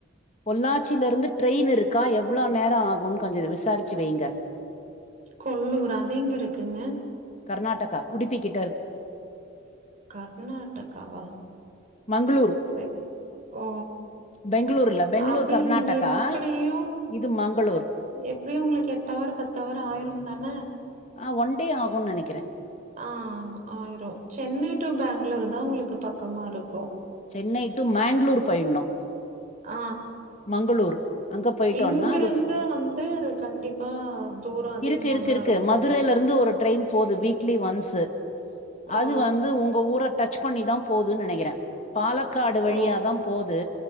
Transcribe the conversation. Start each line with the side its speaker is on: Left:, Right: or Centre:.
Left: பொள்ளாச்சில இருந்து ட்ரெயின் இருக்கா எவ்ளோ நேர ஆகுனு கொஞ்சோ இத விசாரிச்சு வைங்க
Right: கொல்லூரா அது எங்க இருக்குங்க
Left: கர்நாடகா உடுப்பி கிட்
Right: கர்நாடகாவா
Left: மங்களூர்
Right: செரி ஓ
Left: பெங்களூர் இல்ல பெங்களூர்
Right: அது
Left: கர்நாடகா
Right: எப்டியு
Left: இது மங்களூர்
Right: எப்டியு உங்ளுக்கு எட்டா ஒன் அவர் பத்தவர் ஆயிருந்தான
Left: ஆ ஒன் டே ஆகுனு நெனக்கிற
Right: ஆ ஆயிரு சென்னை டு பேங்களூர் தா உங்ளுக்கு பக்கமா இருக்கு
Left: சென்னை டு மேங்ளூர் போயிட்ணு
Right: ஆ
Left: உங்களூரு அங்க போயிட்டோனா
Right: இங்கிருந்து
Left: அது ஃபு
Right: வந்து கண்டிப்பா தூரம் அதிகமா
Left: இருக்கு இருக்கு
Right: தான்
Left: இருக்கு
Right: இருக்கும்.
Left: மதுரைல இருந் து ஒரு ட்ரெயின் போது வீக்லி ஒன்ஸ் து அது
Right: ஓ!
Left: வந்து உங்க ஊர டச் பண்ணி தா போதுனு நெனக்கிற பாலக்காடு வழியா
Right: ஓ!
Left: தா போது